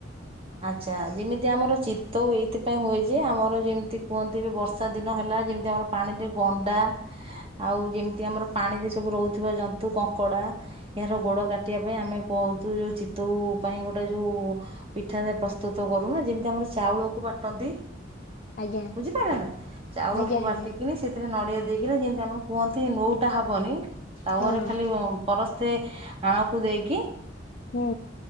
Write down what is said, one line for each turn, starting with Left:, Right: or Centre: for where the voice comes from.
Right: ଆଚ୍ଛା ଯେମିତି ଆମର ଚିତ୍ତଉ ଏଇଥିପାଇଁ ହୁଏ ଯେ ଆମର ଯେମିତି କୁହନ୍ତି ଏ ବର୍ଷା ଦିନ ହେଲା ଯେମିତି ଆମର ପାଣିରେ ଗଣ୍ଡା ଆଉ ଯେମିତି ଆମର ପାଣିରେ ସବୁ ରହୁଥିବା ଜନ୍ତୁ କଙ୍କଡ଼ା। ଏହାର ଗୋଡ଼ କାଟିବା ପାଇଁ ଆମେ କହୁଛୁ ଯେଉଁ ଚିତଉ ପାଇଁ ଗୋଟେ ଯେଉ ପିଠାରେ ପ୍ରସ୍ତୁତ କରୁନା ଯେମିତି ଆମର ଚାଉଳକୁ ବାଟନ୍ତି
Left: ଆଜ୍ଞା
Right: ବୁଝିପାରିଲ ନା ଚାଉଳକୁ
Left: ଆଜ୍ଞା
Right: ବାଟିକିନି।
Left: ଆଜ୍ଞା
Right: ସେଥିରେ ନଡ଼ିଆ ଦେଇକିନି ଯେମିତି ଆମକୁ କୁହନ୍ତି ନୋଟା ହବନି ଟାଉ
Left: ହଁ
Right: ଆରେ ଖାଲି ପରସ୍ତେ ଆଣକୁ ଦେଇକି
Left: ହୁଁ